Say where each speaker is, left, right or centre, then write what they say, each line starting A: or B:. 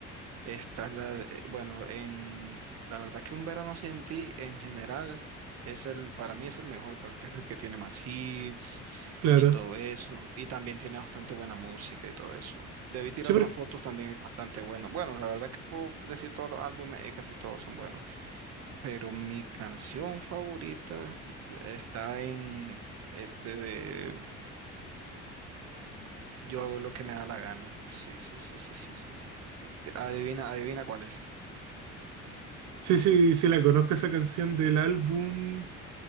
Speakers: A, on the right; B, on the right.
A: Esta es la, de- eh, bueno, en la verdad que un verano sin ti en general es el, para mí es el mejor porque es el que tiene más hits
B: claro.
A: y todo eso. Y también tiene bastante buena música y todo eso. Debí tirar
B: Sí, porque,
A: más fotos también es bastante bueno. Bueno, la verdad que puedo decir todos los álbumes y casi todos son buenos. Pero mi canción favorita está en este de Yo hago lo que me da la gana. Sí, sí, sí, sí, sí, sí. Adivina, adivina cuál es.
B: sí, sí, sí, la conozco esa canción del álbum